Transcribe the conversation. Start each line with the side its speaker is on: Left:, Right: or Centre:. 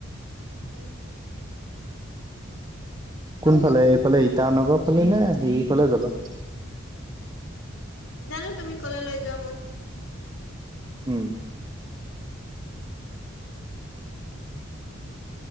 Left: উম
Right: কোনফালে
Left: মোক
Right: এইফালে ইটানগৰ ফালে নে হেৰিফলে যাবা।
Left: নজাঁনো তুমি কলৈ লৈ যোৱা মোক।
Right: উম।